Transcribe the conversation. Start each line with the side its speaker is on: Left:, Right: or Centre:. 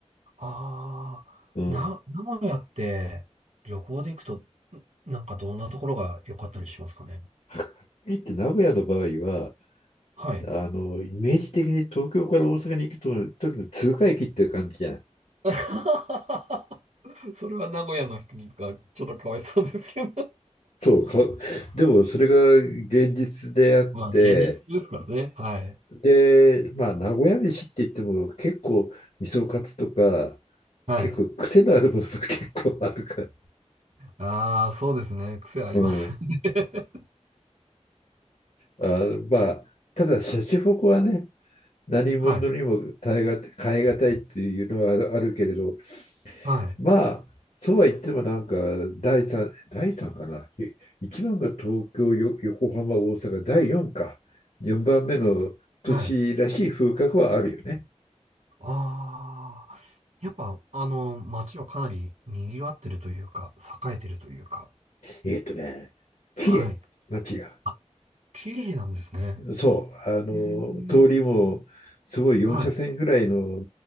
Right: ああ、
Left: うん。
Right: な、名古屋って旅行で行くと、なんかどんなところが良かったりしますかね
Left: はっきり言 <laughs> って名古屋の場合は、
Right: はい。
Left: あの、イメージ的に東京から大阪に行くと時の通過駅って感じじゃん。
Right: <laughs> それは名古屋の人にがちょっとかわいそうですけど
Left: そうか、でもそれが現実であって、
Right: まあ、現実ですからね。はい。
Left: で、まあ、名古屋飯って言っても結構味噌カツとか、
Right: はい。
Left: 結構癖のあるものも結構あるから。
Right: ああ、そうですね。癖ありますね。
Left: うん。
Right: <laughs>
Left: あ、まあ、ただ、シャチホコはね、何者にも耐えがたい、
Right: はい。
Left: 変えがたいっていうのはあるけれど、
Right: はい。
Left: まあ、そうは言ってもなんか、第3、第三かな。い一番が東京、よ横浜、大阪、第4か。4番目の都市らしい風格はあるよね。
Right: はい。ああ。やっぱ、あの、街はかなり賑わってるというか、栄えてるというか。
Left: えっとね、綺麗、
Right: はい。
Left: 街が。
Right: あ、綺麗なんですね。
Left: そう、あの、
Right: へえ。
Left: 通りもすごい4車線ぐらいの
Right: はい。